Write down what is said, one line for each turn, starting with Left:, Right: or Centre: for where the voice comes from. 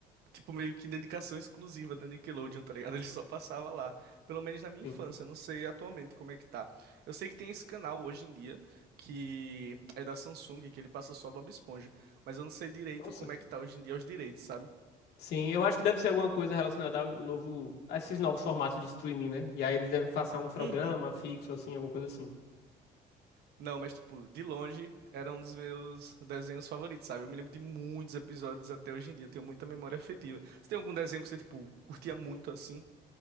Right: tipo, meio que dedicação exclusiva da Nickelodeon, tá ligado? <laughs> Ele só passava lá, pelo menos na minha
Left: Sim.
Right: infância, eu não sei atualmente como é que tá. Eu sei que tem esse canal hoje em dia, que é da Samsung, que ele passa só Bob Esponja, mas eu não sei direito
Left: Nossa.
Right: como é que tá hoje em dia os direitos, sabe?
Left: Sim, eu acho que deve ser alguma coisa relacionada ao novo, a esses novos formatos de streaming, né? E aí eles devem passar um programa
Right: Uhum.
Left: fixo, assim, alguma coisa assim.
Right: Não, mas tipo, de longe era um dos meus desenhos favoritos, sabe? Eu me lembro de muitos episódios até hoje em dia, eu tenho muita memória afetiva. Você tem algum desenho que você, tipo, curtia muito assim?